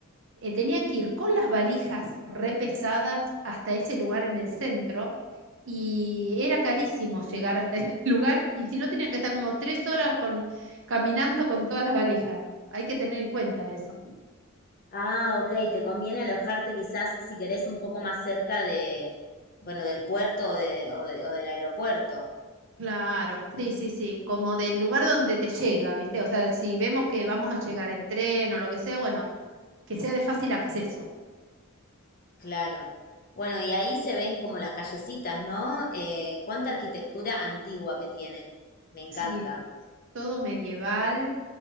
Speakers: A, on the right; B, on the left.
A: eh, tenían que ir con las valijas repesadas hasta ese lugar en el centro y era carísimo llegar hasta <laughs> ese lugar y si no tenían que estar como tres horas con, caminando con todas las valijas. Hay que tener en cuenta eso.
B: Ah, ok, te conviene alojarte quizás si querés un poco más cerca de, bueno, del puerto o, de- o de- o del aeropuerto.
A: Claro, sí, sí, sí, como del lugar donde te llega, ¿viste? O sea, si vemos que vamos a llegar en tren o lo que sea, bueno, que sea de fácil acceso.
B: Claro. Bueno, y ahí se ven como las callecitas, ¿no? Eh, cuánta arquitectura antigua que tiene. Me encanta.
A: Sí, todo medieval.